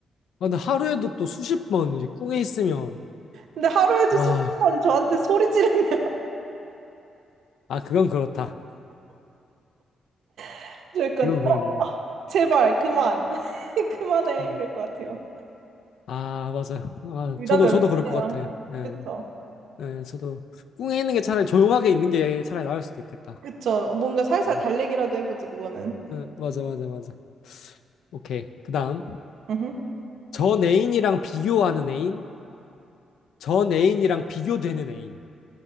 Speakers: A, on the left; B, on the right.
A: 아, 근데 하루에도 또 수십 번 이제 꿍에 있으면,
B: 근데 하루에도
A: 와,
B: 수십 번 저한테 소리 지르면
A: 아, 그건 그렇다.
B: <laughs> 저 약간
A: 그건
B: 어,
A: 그렇네.
B: 아, 제발 그만 <laughs> 그만해
A: 음.
B: 이럴 것 같아요.
A: 아, 맞아요. 아,
B: 둘다
A: 저도,
B: 별로예요.
A: 저도 그럴 것 같아요. 네.
B: 그쵸?
A: 네, 저도 꿍에 있는 게 차라리 조용하게 있는 게 차라리 나을 수도 있겠다.
B: 그쵸? 뭔가 살살
A: 네.
B: 달래기라도 해보지 그거는.
A: 응, 맞아, 맞아, 맞아. 오케이. 그 다음.
B: 음흠.
A: 전 애인이랑 비교하는 애인, 전 애인이랑 비교되는 애인.